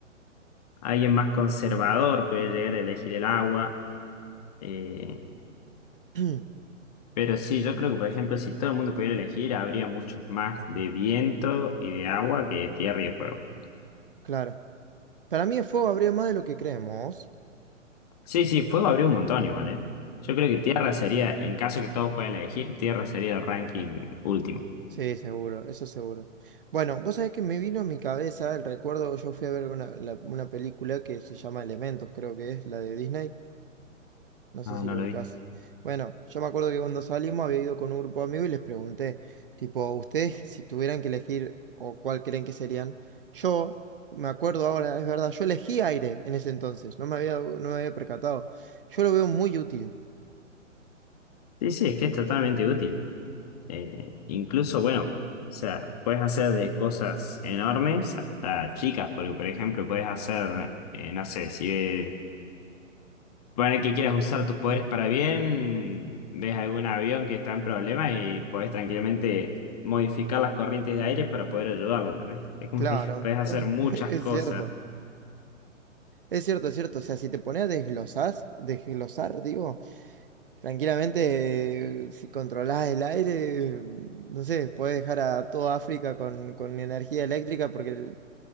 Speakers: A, on the left; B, on the right.
A: Alguien más conservador puede llegar a elegir el agua. eh,
B: <clears throat>
A: pero sí, yo creo que, por ejemplo, si todo el mundo pudiera elegir, habría muchos más de viento y de agua que de tierra y de fuego.
B: Claro. Para mí el fuego habría más de lo que creemos.
A: Sí, sí, fuego abrió un montón igual, ¿eh? Yo creo que Tierra sería, en caso que todos puedan elegir, Tierra sería el ranking último.
B: Sí, seguro, eso seguro. Bueno, vos sabés que me vino a mi cabeza el recuerdo, yo fui a ver una, la- una película que se llama Elementos, creo que es la de Disney, no sé
A: No,
B: si
A: no
B: lo
A: lo
B: ubicás.
A: vi.
B: Bueno, yo me acuerdo que cuando salimos había ido con un grupo de amigos y les pregunté, tipo, ustedes si tuvieran que elegir o cuál creen que serían, yo me acuerdo ahora, es verdad, yo elegí aire en ese entonces, no me había, no me había percatado. Yo lo veo muy útil,
A: Sí, sí, es que es totalmente útil. Eh, incluso, bueno, o sea, puedes hacer de cosas enormes hasta chicas, porque por ejemplo, puedes hacer, eh, no sé, si ves, pone que quieras usar tus poderes para bien, ves algún avión que está en problemas y podés tranquilamente modificar las corrientes de aire para poder ayudarlo, ¿entendés? Es como
B: claro,
A: que <laughs> puedes hacer
B: es
A: muchas
B: <laughs> es
A: cosas
B: cierto. Es cierto, es cierto. O sea, si te pones a desglosar, desglosar, digo, tranquilamente, eh, si controlás el aire, no sé, puedes dejar a toda África con, con energía eléctrica porque